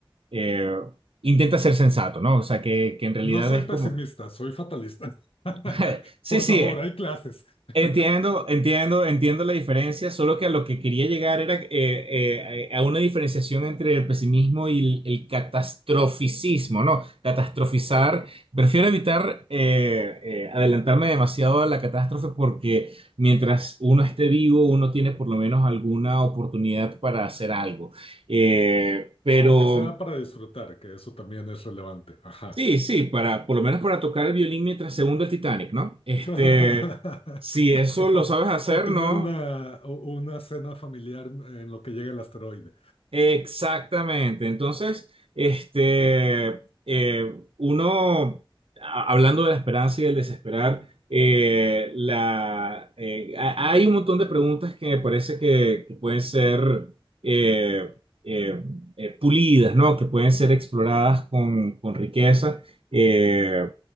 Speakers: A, on the right (about 80°); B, on the left (about 85°).
A: eh, intenta ser sensato, ¿no? O sea, que, que en realidad
B: No soy
A: es
B: pesimista,
A: como,
B: soy fatalista. <laughs>
A: <laughs> sí,
B: Por
A: sí,
B: favor,
A: eh,
B: hay clases. <laughs>
A: entiendo, entiendo, entiendo la diferencia, solo que a lo que quería llegar era eh, eh, a una diferenciación entre el pesimismo y el, el catastroficismo, ¿no? Catastrofizar, prefiero evitar eh, eh, adelantarme demasiado a la catástrofe porque mientras uno esté vivo, uno tiene por lo menos alguna oportunidad para hacer algo. Eh, pero...
B: O aunque sea para disfrutar, que eso también es relevante. Ajá.
A: Sí, sí, para, por lo menos para tocar el violín mientras se hunde el Titanic, ¿no?
B: <laughs>
A: Este,
B: <laughs>
A: si eso lo sabes hacer,
B: O tener
A: ¿no?
B: una, o- una cena familiar en lo que llega el asteroide.
A: Exactamente. Entonces, este, eh, uno, a- hablando de la esperanza y del desesperar, eh, la, eh, ha- hay un montón de preguntas que me parece que, que pueden ser eh, eh, eh, pulidas, ¿no? Que pueden ser exploradas con, con riqueza eh,